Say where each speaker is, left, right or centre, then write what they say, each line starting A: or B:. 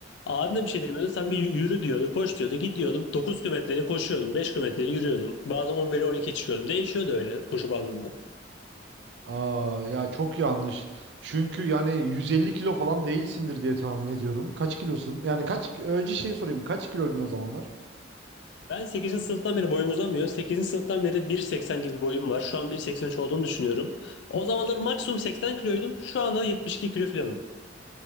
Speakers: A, on the left; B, on the right.
A: Abim
B: <laughs>
A: de bir şey demiyordu. Sen bir yürü diyordu, koş diyordu. Gidiyordum. dokuz kilometreyle koşuyordum. beş kilometreyle yürüyordum. Bazen on bire on 12'ye çıkıyordum. Değişiyordu öyle koşu bandında.
B: Aa, ya çok yanlış. Çünkü yani 150 kilo falan değilsindir diye tahmin ediyorum. Kaç kilosun? Yani kaç önce şey sorayım. Kaç kiloydun o zamanlar?
A: Ben sekizinci sınıftan beri boyum uzamıyor. sekizinci sınıftan beri bir seksen gibi bir boyum var. Şu an bir seksen üç olduğunu düşünüyorum. O zamanlar maksimum 80 kiloydum. Şu anda 72 kilo falanım.